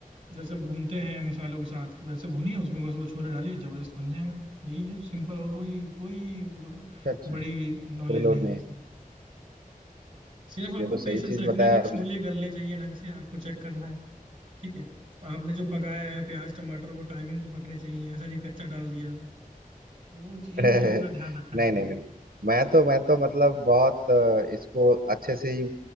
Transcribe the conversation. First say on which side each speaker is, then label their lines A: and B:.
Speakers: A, on the right; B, on the right.
A: जैसे भूनते हैं मसालों के साथ वैसे भूनिए उसमें बस वो छोले डालिए जबरदस्त बन जाएगा यही है सिंपल और कोई कोई
B: अच्छा अच्छा,
A: बड़ी नॉलेज
B: कोई लोड
A: नहीं
B: नहीं
A: है इसमें। सिर्फ आपको
B: ये तो
A: पेशेंस
B: सही चीज
A: रखनी
B: बताया
A: है कि
B: आपने
A: छोले गलने चाहिए ढंग से आपको चेक करना है ठीक है आपने जो पकाया है प्याज टमाटर वो टाइमिंग पे पकने चाहिए ऐसा नहीं कच्चा डाल दिया वो चीज-
B: <laughs>
A: इन चीजों का ध्यान रखा
B: नहीं
A: जाता
B: नहीं नहीं
A: है
B: मैं तो मैं तो मतलब बहुत अ, इसको अच्छे से ही